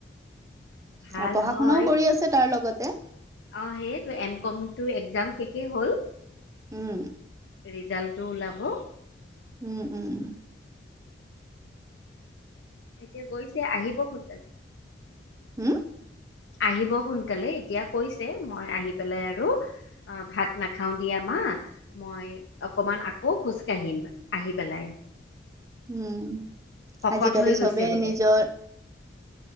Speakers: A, on the left; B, on the right.
A: ভাল
B: আৰু পঢ়া
A: হয়
B: শুনাও কৰি আছে তাৰ লগতে
A: অ সেই এম কমটো একজাম শেষে হ'ল।
B: উম।
A: ৰিজাল্টটো ওলাব।
B: উম উম উ
A: এতিয়া গৈছে আহিব সোনকালে।
B: উম
A: আহিব সোনকালে এতিয়া কৈছে মই আহি পেলাই আৰু অ ভাত নাখাও দিয়া মা, হা মই অকমান আকৌ খোজ কাঢ়িম আহি পেলাই
B: উম
A: শকত
B: আজিকালি
A: হৈ গৈছে
B: চবে
A: বোলে
B: নিজৰ